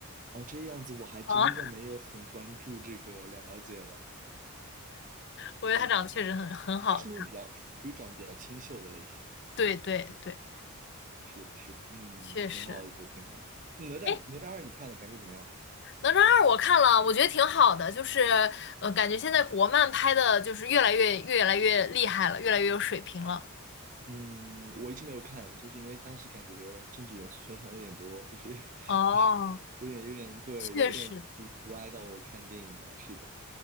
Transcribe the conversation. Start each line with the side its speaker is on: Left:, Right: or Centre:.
Right: 哦这样子，我还真的没有很关注这个了解了。
Left: 啊，<laughs> 我觉得他长得确实很很好看，
Right: 是的，他是那种比较属于长得比较清秀的类型。
Left: 对对对，
Right: 是的，是的，嗯，
Left: 确实。
Right: 挺好的，挺好的。嗯哪吒，
Left: 哎，
Right: 哪吒二你看了，感觉怎么样？
Left: 哪吒二我看了，我觉得挺好的，就是呃，感觉现在国漫拍的就是越来越越来越厉害了，越来越有水平了。
Right: 嗯，我一直没有看，就是因为当时感觉政治元素宣传有点多，就是 <laughs>
Left: 哦，
Right: 就是有点有点对，
Left: 确实，
Right: 有点阻阻碍到我看电影了。是的，